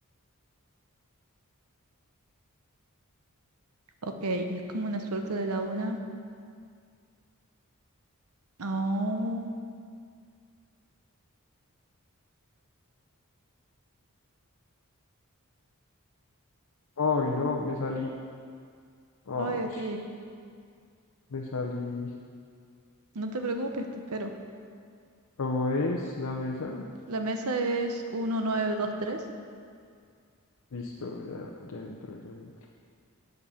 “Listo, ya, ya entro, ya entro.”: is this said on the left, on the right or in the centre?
Left